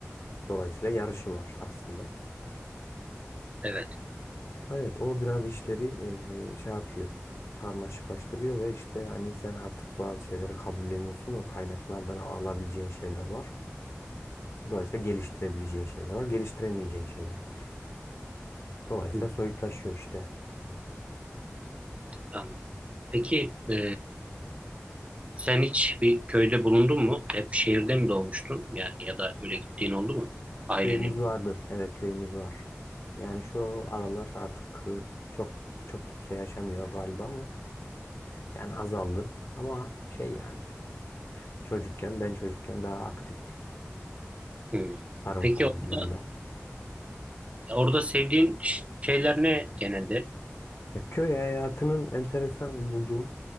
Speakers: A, on the left; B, on the right.
A: Dolayısıyla yarışı var aslında.
B: Evet.
A: Evet o biraz işleri eee, şey yapıyor. Karmaşıklaştırıyor ve işte hani sen artık bazı şeyleri kabulleniyorsun. O kaynaklardan alabileceğin şeyler var. Dolayısıyla geliştirebileceğin şeyler var. Geliştiremeyeceğin şeyler var. Dolayısıyla
B: Hı hı,
A: soyutlaşıyor işte.
B: anlıyorum. Peki e, sen hiç bir köyde bulundun mu? Hep şehirde mi doğmuştun? Yani ya da öyle gittiğin oldu mu? Ailenin.
A: Köyümüz vardı. Evet köyümüz var. Yani şu aralar artık e, çok çok kimse yaşamıyor galiba ama yani azaldı. Ama şey yani Çocukken ben çocukken daha aktifti.
B: Hı.
A: Tarım
B: Peki
A: falan
B: orada,
A: filan da.
B: orada sevdiğin ş- şeyler ne genelde?
A: Ya, köy hayatının enteresan bulduğum,